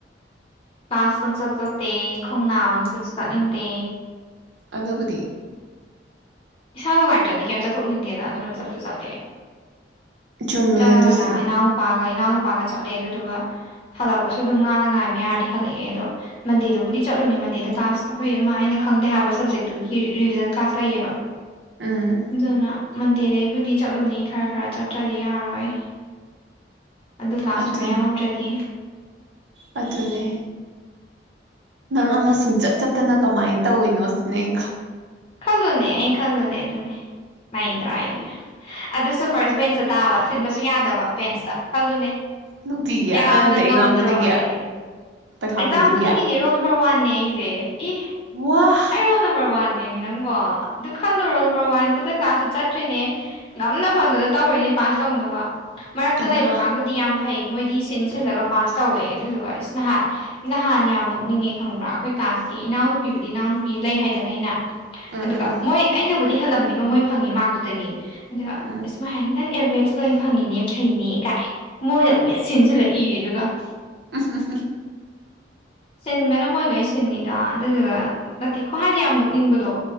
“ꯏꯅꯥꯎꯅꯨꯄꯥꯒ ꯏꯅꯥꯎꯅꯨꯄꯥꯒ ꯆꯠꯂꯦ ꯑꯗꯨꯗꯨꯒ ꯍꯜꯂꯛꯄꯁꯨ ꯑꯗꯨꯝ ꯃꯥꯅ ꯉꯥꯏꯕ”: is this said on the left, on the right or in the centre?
Left